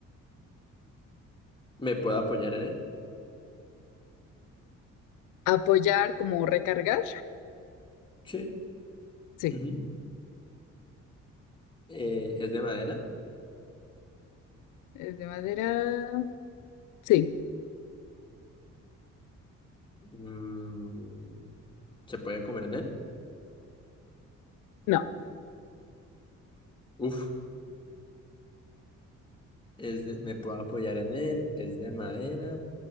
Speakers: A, on the left; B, on the left.
A: ¿Me puedo apoyar en él?
B: Apoyar como recargar.
A: Sí.
B: Sí.
A: Ujú. Eh, ¿es de madera?
B: ¿Es de madera? Sí,
A: Mm, ¿se puede comer en él?
B: no.
A: Uf. Es de- me puedo apoyar en él, es de madera,